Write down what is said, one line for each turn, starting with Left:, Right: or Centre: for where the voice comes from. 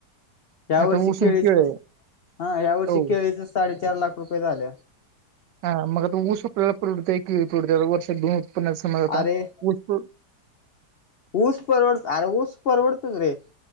Left: ह्या
Right: आता
Left: वर्षी
Right: ऊस
Left: केळीच,
Right: आणि केळ
Left: हा,
Right: आहे
Left: ह्या वर्षी
Right: हो
Left: केळीच साडेचार लाख रुपये झाल.
Right: हा, मग आता ऊस आपल्याला पुरवडतय की, पुरवडतंय वर्षात दोन उत्पन्नाचा समज आता,
Left: अरे
Right: ऊस
Left: ऊस परवडत, अरे ऊस परवडतोच रे,